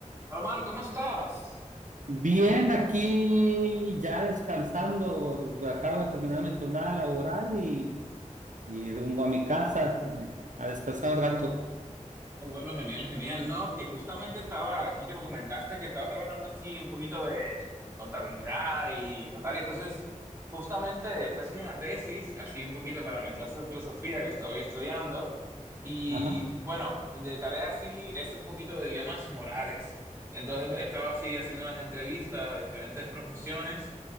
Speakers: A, on the right (about 20°); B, on the right (about 75°).
A: Hola, Mar, ¿cómo estás?
B: Bien, aquí ya descansando, acabo de terminar mi jornada laboral y, y rumbo a mi casa eh, a descansar un rato.
A: Ah, Bueno, genial, genial. No, que justamente estaba aquí que me comentaste que estabas trabajando así un poquito de contabilidad y tal. y entonces, justamente estoy haciendo una tesis, así un poquito para mi clase de filosofía que estoy estudiando. Y
B: Ajá.
A: bueno, de tarea sí es un poquito de dilemas morales. Entonces estaba así haciendo unas entrevistas a diferentes profesiones